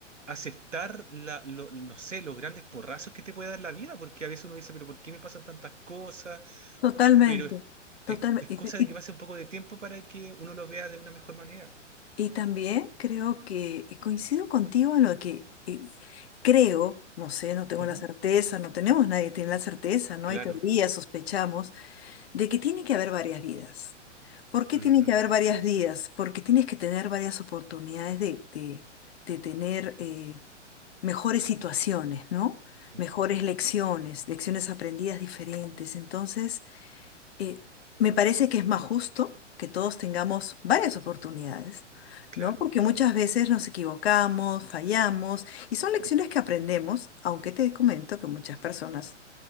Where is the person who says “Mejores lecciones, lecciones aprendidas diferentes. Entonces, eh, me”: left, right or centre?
Left